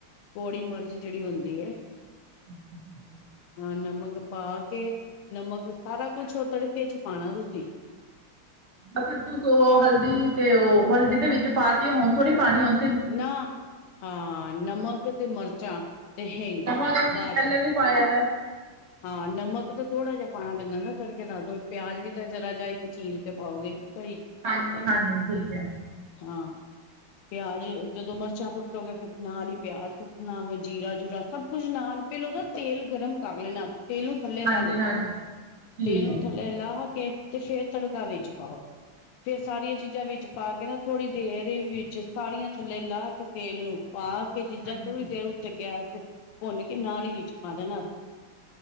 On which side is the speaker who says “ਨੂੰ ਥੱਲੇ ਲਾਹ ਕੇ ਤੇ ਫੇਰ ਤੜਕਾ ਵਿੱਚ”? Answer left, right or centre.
Left